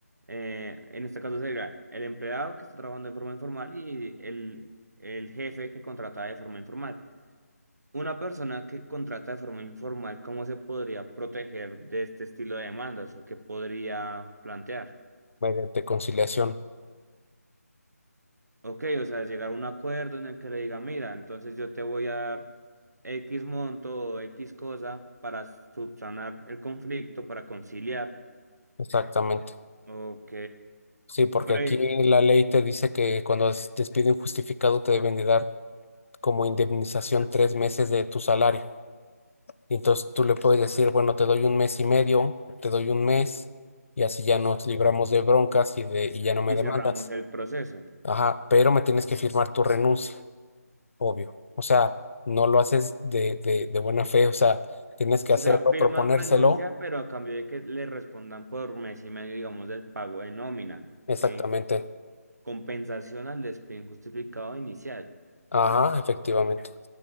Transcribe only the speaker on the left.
mediante conciliación.
Exactamente.
Sí, porque
aquí
la ley te dice que cuando es despido injustificado te deben de dar como indemnización tres meses de tu salario. Y entonces tú le puedes decir, bueno, te doy un mes y medio, te doy un mes, y así ya nos libramos de broncas y de, y ya no me
demandas.
Ajá, pero me tienes que firmar tu renuncia, obvio. O sea, no lo haces de, de, de buena fe, o sea, tienes que
hacerlo,
proponérselo.
Exactamente.
Ajá, efectivamente.